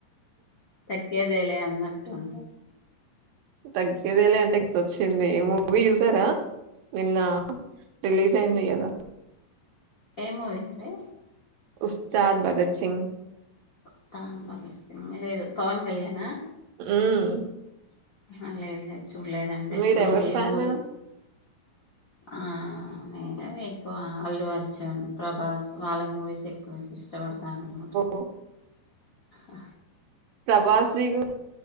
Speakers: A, on the left; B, on the right.
A: తగ్గేదే తేలే అన్నట్ ఉంట
B: తగ్గేద లే అంటే ఇదిొచ్చింది మూవీ చుసారా నిన్న రిలీజ్ అయింది కదా
A: ఏమూవి అడి
B: ఉస్తాద్ భగత్ సింగ్
A: వస్తా భగత్ సింగ్ లేదు పవన్ కళ్యాన్ నా
B: మ్
A: ఆ లేదు లేద్ చూడలేదండి
B: మీరెవరు
A: ఇంకే
B: ఫ్యాన్
A: మూవీ ఆ నిను ఎక్కువ అల్లు అర్జున్ ప్రభాస్ వాళ్ళ మూవీస్ ఎక్కువ ఇష్టపడతాను అన్నమాట
B: ఓ
A: ఆ
B: ప్రబాస్ ది కూడ